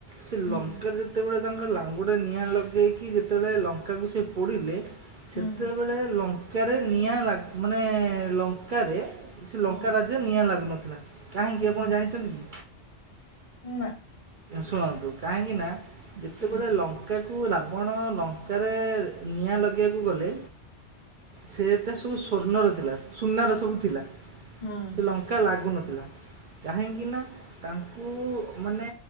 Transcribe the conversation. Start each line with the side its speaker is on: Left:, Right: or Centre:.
Right: ସେ
Left: ହୁଁ
Right: ଲଙ୍କା ଯେତେବେଳେ ତାଙ୍କର ଲାଙ୍ଗୁଡ଼ରେ ନିଆଁ ଲଗେଇକି ଯେତେବେଳେ ଲଙ୍କାକୁ ସେ ପୋଡ଼ିଲେ
Left: ହୁଁ
Right: ସେତେବେଳେ ଲ ରେ ନିଆଁ ଲା ମାନେ ଲଙ୍କାରେ ସେ
Left: ହୁଁ
Right: ଲଙ୍କା ରାଜ୍ୟ ନିଆଁ ଲାଗୁ <inaudible> କାହିଁକି
Left: ହୁଁ
Right: ଆପଣ ଜାଣିଚନ୍ତି କି?
Left: ନା।
Right: ଶୁଣନ୍ତୁ କାହିଁକି ନା ଯେତେବେଳେ
Left: ହୁଁ
Right: ଲଙ୍କାରେ କୁ ରାବଣ ଲଙ୍କ କାରେ ନିଆଁ ଲଗେଇବାକୁ ଗଲେ ସେଏଟା ସବୁ ସ୍ଵର୍ଣ୍ଣର ଥିଲା ସୁନାର ସବୁ ଥିଲା।
Left: ହୁଁ
Right: ସେ ଲଙ୍କା ଲାଗୁନଥିଲା କାହିଁକି ନା ତା ମୁଁ ମାନେ